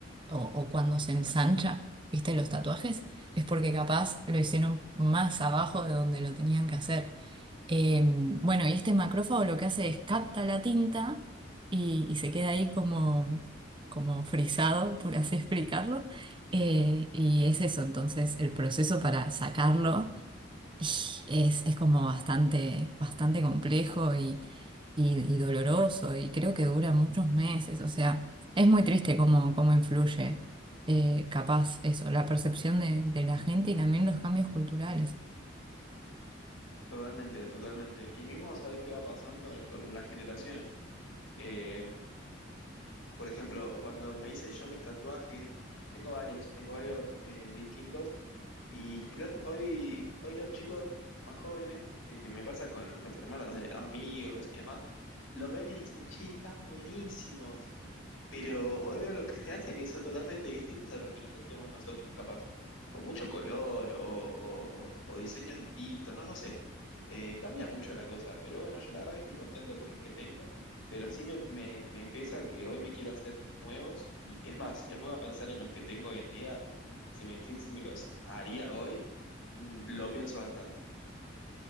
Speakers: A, on the right; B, on the left.
A: o, o cuando se ensancha, ¿viste los tatuajes? Es porque capaz lo hicieron más abajo de donde lo tenían que hacer. Eh, bueno, y este macrófago lo que hace es capta la tinta y, y se queda ahí como, como frisado, por así <laughs> explicarlo. Eh, y es eso, entonces el proceso para sacarlo y es, es como bastante, bastante complejo y, y- y doloroso y creo que dura muchos meses. O sea, es muy triste cómo, cómo influye, eh, capaz eso, la percepción de, de la gente y también los cambios culturales.
B: Totalmente, totalmente. Y mismo sabés qué va pasando con las generaciones. Eh, Por ejemplo, cuando me hice yo mis tatuajes, tengo varios, tengo varios eh, distintos. Y quizás hoy, hoy los chicos más jóvenes, eh, que me pasa con los hermanos de amigos y demás, los ven y dicen, che, están buenísimos. Pero hoy veo lo que se hacen y son totalmente distintos a lo que nos hacíamos nosotros, capaz. Con mucho color o, o- o diseños distintos, no, no sé. Eh, cambia mucho la cosa, pero bueno, yo la verdad que estoy contento con los que tengo, pero sí me, me- me pesa que hoy me quiero hacer nuevos y es más, si me pongo a pensar en los que tengo hoy en día, si me decís si me los haría hoy, mm, lo pienso bastante.